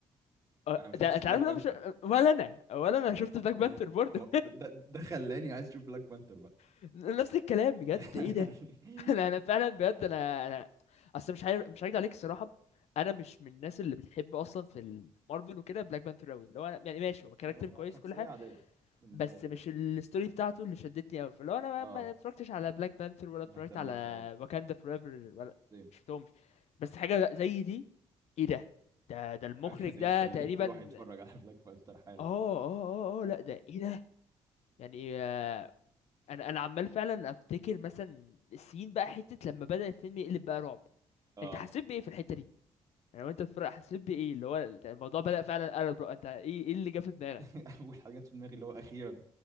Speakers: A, on the left; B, on the right.
A: آه،
B: انا ما شفتش
A: ده انت
B: بلاك
A: عارف إن
B: بانثر
A: انا مش ولا انا ولا انا شفت بلاك
B: ده
A: بانثر برضه
B: هو ده ده, ده خلاني عايز اشوف بلاك بانثر بقى
A: <laughs> نفس الكلام بجد
B: <laughs> يعني
A: ايه ده <laughs> انا انا فعلا بجد انا انا اصل مش عارف مش هكدب عليك الصراحه انا مش من الناس اللي بتحب اصلا في مارفل وكده بلاك بانثر قوي اللي هو انا يعني ماشي هو كاركتر
B: هو
A: كويس
B: شخصية
A: وكل حاجه
B: عادية بالنسبة
A: بس
B: لي
A: مش
B: يعني.
A: الستوري بتاعته اللي شدتني قوي فاللي هو انا ما
B: اه
A: ما اتفرجتش على بلاك بانثر ولا
B: ما
A: اتفرجت
B: اهتمتش
A: على
B: قوي
A: واكاندا فورايفر ولا
B: طيب
A: شفتهمش بس حاجه زي دي ايه ده ده ده المخرج
B: حاجة زي
A: ده
B: تخليك
A: تقريبا
B: تروح يتفرج على بلاك بانثر حالا
A: اه اه اه اه لا ده ايه ده يعني آه، انا انا عمال فعلا افتكر مثلا السين بقى حته لما بدأ الفيلم يقلب بقى رعب
B: اه
A: انت حسيت بايه في الحته دي يعني وانت بتتفرج حسيت بايه اللي هو انت الموضوع بدأ فعلا قلب انت ايه ايه اللي جه في دماغك
B: <laughs> اول حاجة جت في دماغي اللي هو اخيرا